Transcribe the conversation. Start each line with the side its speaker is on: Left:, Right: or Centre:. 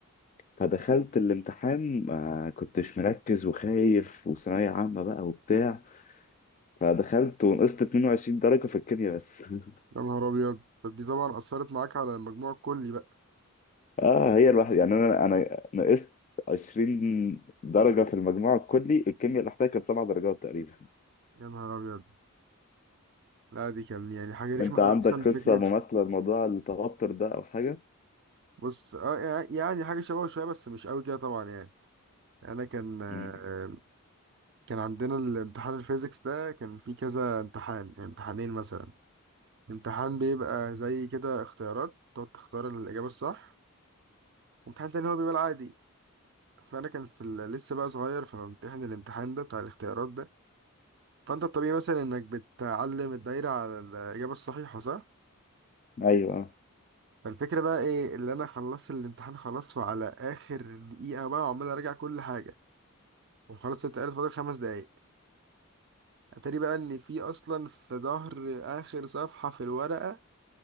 Left: فدخلت الامتحان ما كنتش مركز وخايف وثانوية عامة بقى وبتاع فدخلت ونقصت 22 درجة في الكيمياء بس <laughs>
Right: يا نهار ابيض طب دي طبعا اثرت معاك على المجموع الكلي بقى
Left: اه هي الواحد يعني انا انا نقصت 20 درجة في المجموع الكلي الكيمياء اللي احتاجت كانت سبع درجات تقريبا
Right: يا نهار ابيض لا دي كان يعني حاجة رخمة
Left: انت عندك
Right: أوي أصلا فكرة
Left: قصة مماثلة لموضوع التوتر ده او حاجة؟
Right: بص اه يع- يعني حاجة شبهه شوية بس مش قوي كده طبعا يعني أنا كان آه،
Left: مم.
Right: كان عندنا الامتحان الفيزيكس ده كان فيه كذا امتحان امتحانين مثلا امتحان بيبقى زي كده اختيارات تقعد تختار الإجابة الصح وامتحان تاني هو بيبقى العادي فأنا كان في ال- لسه بقى صغير فبمتحن الامتحان ده بتاع الاختيارات ده فأنت الطبيعي مثلا إنك بتعلم الدايرة على الإجابة الصحيحة صح؟
Left: ايوه
Right: فالفكرة بقى إيه اللي أنا خلصت الامتحان خلاص وعلى آخر دقيقة بقى وعمال أراجع كل حاجة وخلاص اتقالت فاضل خمس دقايق أتاري بقى إن في أصلا في ظهر آخر صفحة في الورقة